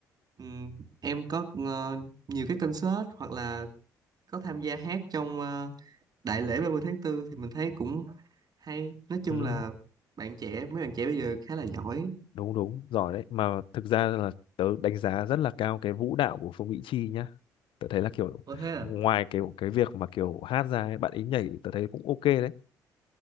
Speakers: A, on the right (about 45°); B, on the left (about 60°).
A: ừm, em có ờ, nhiều cái concert hoặc là có tham gia hát trong ờ, đại lễ ba mươi tháng 4 thì mình thấy cũng hay nói chung
B: ừ,
A: là bạn trẻ mấy bạn trẻ bây giờ khá là giỏi
B: đúng đúng giỏi đấy mà thực ra là tớ đánh giá rất là cao cái vũ đạo của Phương Mỹ Chi nhá tớ thấy là kiểu
A: có thế à?
B: ngoài cái cái việc mà kiểu hát ra ấy, bạn ấy nhảy tớ thấy cũng ok đấy